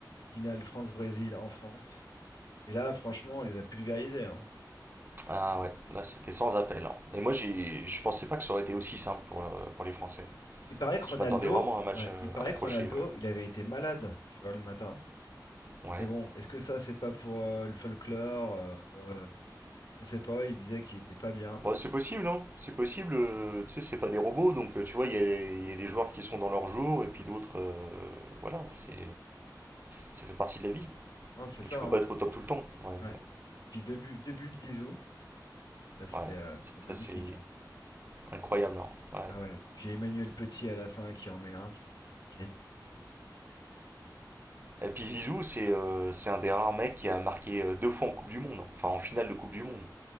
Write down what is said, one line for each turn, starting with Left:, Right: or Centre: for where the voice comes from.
Left: finale France-Brésil en France. Et là, franchement, elle les a pulvérisés. hein.
Right: Ah ouais, là c'était sans appel. hein. Et moi j'ai- je pensais pas que ça aurait été aussi simple pour, euh, pour les Français.
Left: Il paraît que Ronaldo,
Right: Je m'attendais vraiment à un match
Left: ouais,
Right: euh,
Left: il paraît
Right: accroché,
Left: que Ronaldo,
Right: ouais.
Left: il avait été malade, tu vois, le matin.
Right: Ouais.
Left: Mais bon, est-ce que ça, c'est pas pour euh, le folklore, euh, pour, euh, je sais pas, il disait qu'il était pas bien.
Right: Bon, c'est possible, hein. C'est possible, euh, tu sais, c'est pas des robots, donc euh, tu vois, il y a, il y a des joueurs qui sont dans leur jour et puis d'autres, euh, voilà, c'est, ça fait partie de la vie.
Left: Non, c'est ça,
Right: Tu peux
Left: hein.
Right: pas être au top tout le temps, ouais.
Left: Ouais. Puis deux buts, deux buts de Zizou, Ouais, c'était
Right: Ouais, ouais.
Left: euh, c'était magnifique.
Right: ça c'est
Left: hein.
Right: incroyable, hein. Ouais.
Left: Ah ouais, puis Emmanuel Petit à la fin qui en met un, tu fais, qu'est-ce qui se passe?
Right: Et puis Zizou, c'est euh, c'est un des rares mecs qui a marqué euh, deux fois en Coupe du Monde, hein. Enfin en finale de Coupe du Monde.